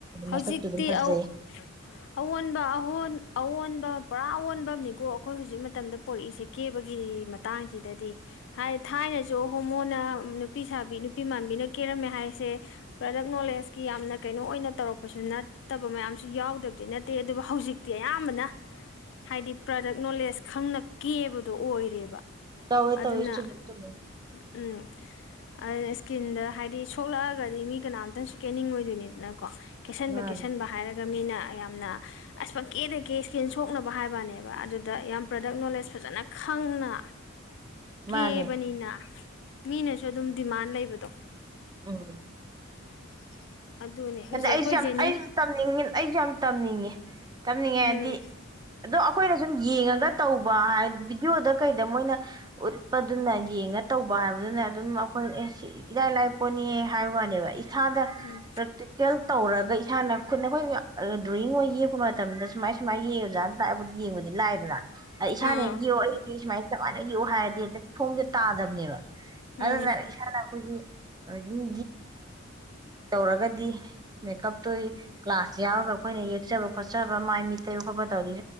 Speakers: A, on the left; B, on the right.
A: ꯍꯧꯖꯤꯛꯇꯤ
B: ꯃꯁꯛꯁꯨ ꯑꯗꯨꯝ ꯐꯖꯩ
A: ꯑꯑꯣꯟꯕ ꯑꯑꯣꯟꯕ ꯄꯨꯔꯥ ꯑꯣꯟꯕꯅꯤꯀꯣ ꯑꯩꯈꯣꯏ ꯍꯧꯖꯤꯛ ꯃꯇꯝꯗ ꯄꯣꯔꯛꯏꯁꯦ ꯀꯦꯕꯒꯤ ꯃꯇꯥꯡꯁꯤꯗꯗꯤ ꯍꯥꯏꯗꯤ ꯊꯥꯏꯅꯁꯨ ꯍꯣꯃꯣꯅ ꯅꯨꯄꯤ ꯁꯥꯕꯤ ꯅꯨꯄꯤ ꯃꯥꯟꯕꯤꯅ ꯀꯦꯔꯝꯃꯦ ꯍꯥꯏꯁꯦ ꯄ꯭ꯔꯗꯛ ꯅꯣꯂꯦꯖꯀꯤ ꯌꯥꯝꯅ ꯀꯩꯅꯣ ꯑꯣꯏꯅ ꯇꯧꯔꯛꯄꯁꯨ ꯅꯠꯇꯕ ꯃꯌꯥꯝꯁꯨ ꯌꯥꯎꯗꯕꯗꯤ ꯅꯠꯇꯦ ꯑꯗꯨꯕꯨ ꯍꯧꯖꯤꯛꯇꯤ ꯑꯌꯥꯝꯕꯅ ꯍꯥꯏꯗꯤ ꯄ꯭ꯔꯗꯛ ꯅꯣꯂꯦꯖ ꯈꯪꯅ ꯀꯦꯕꯗꯣ ꯑꯣꯏꯔꯦꯕ
B: ꯇꯋꯦ
A: ꯑꯗꯨꯅ
B: ꯇꯋꯏ ꯆꯨꯝ ꯆ
A: ꯎꯝ ꯑꯗꯨꯅ ꯏꯁꯀꯤꯟꯗ ꯍꯥꯏꯗꯤ ꯁꯣꯛꯂꯛꯑꯒꯗꯤ ꯃꯤ ꯀꯅꯥꯝꯇꯪꯁꯨ ꯀꯦꯅꯤꯡꯉ ꯑꯣꯏꯗꯣꯏꯅꯤꯅꯣ ꯅꯀꯣ ꯀꯦꯁꯟꯕ
B: ꯃꯥꯅꯦ
A: ꯀꯦꯁꯟꯕ ꯍꯥꯏꯔꯒ ꯃꯤꯅ ꯌꯥꯝꯅ ꯑꯁ ꯄꯪꯀꯦꯗ ꯀꯦ ꯏꯁꯀꯤꯟ ꯁꯣꯛꯅꯕ ꯍꯥꯏꯕꯅꯦꯕ ꯑꯗꯨꯗ ꯌꯥꯝ ꯄ꯭ꯔꯗꯛ ꯅꯣꯂꯦꯖ ꯐꯖꯅ ꯈꯪꯅ ꯀꯦꯕꯅꯤꯅ
B: ꯃꯥꯅꯦ
A: ꯃꯤꯅꯁꯨ ꯑꯗꯨꯝ ꯗꯤꯃꯥꯟ ꯂꯩꯕꯗꯣ
B: ꯎꯝ
A: <inaudible> ꯍꯧꯖꯤꯛ
B: ꯑꯗ ꯑꯩꯁꯨ
A: ꯑꯩꯈꯣꯏ
B: ꯌꯥꯝ
A: ꯖꯦꯅꯤ
B: ꯑꯩꯁꯨ ꯇꯝꯅꯤꯡꯉꯤꯅ ꯑꯩꯁꯨ ꯌꯥꯝ ꯇꯝꯅꯤꯡꯉꯦ ꯇꯝꯅꯤꯡꯉꯦꯗꯤ
A: ꯎꯝ
B: ꯑꯗꯣ ꯑꯩꯈꯣꯏꯅ ꯁꯨꯝ ꯌꯦꯡꯉꯒ ꯇꯧꯕ ꯍꯥꯏ ꯚꯕꯤꯗꯤꯑꯣꯗ ꯀꯩꯗ ꯃꯣꯏꯅ ꯎ ꯄ ꯑꯗꯨꯅꯒꯤ ꯌꯦꯉ ꯇꯧꯕ ꯍꯥꯏꯕꯗꯨꯅ ꯑꯗꯨꯝ ꯑꯩꯈꯣꯏ ꯑꯦ ꯏꯔꯥꯏ ꯂꯥꯏꯄꯣꯅꯤ ꯍꯥꯏꯕ ꯋꯥꯅꯦꯕ ꯏꯁꯥꯗ
A: ꯎꯝ
B: ꯄꯦꯜ ꯇꯧꯔꯒ ꯏꯁꯥꯅ ꯈꯨꯠꯅ ꯃ <unintelligible> ꯗ꯭ꯔꯣꯌꯤꯡꯒꯤꯃ ꯃꯇꯝꯗ ꯁꯨꯃꯥꯏ ꯁꯨꯃꯥꯏ ꯌꯦꯡꯉ ꯖꯥꯠꯅ ꯇꯥꯛꯕꯕꯨꯗꯤ ꯌꯦꯡꯉꯨꯗꯤ ꯂꯥꯏꯗꯅ ꯏꯁꯥꯅ
A: ꯑꯥ
B: ꯍꯦꯛꯒꯤꯌꯣ ꯑꯩꯗꯤ ꯁꯨꯃꯥꯏ ꯀꯃꯥꯏꯅ ꯌꯦꯛꯎ ꯍꯥꯏꯔꯗꯤ ꯍꯦꯛꯇ ꯐꯣꯝꯁꯦ ꯇꯥꯗꯕꯅꯦꯕ
A: ꯎꯝ
B: ꯑꯗꯨꯅ ꯏꯁꯥꯅ ꯑꯩꯈꯣꯏꯒꯤ ꯑꯗꯨꯨꯝ ꯇꯧꯔꯒꯗꯤ ꯃꯦꯀꯞꯇꯨ ꯀ꯭ꯂꯥꯁ ꯌꯥꯎꯔꯒ ꯑꯩꯈꯣꯏꯅ ꯌꯦꯛꯆꯕ ꯈꯣꯠꯆꯕ ꯃꯥꯏ ꯃꯤ ꯇꯩꯕ ꯈꯣꯠꯄ ꯇꯧꯔꯗꯤ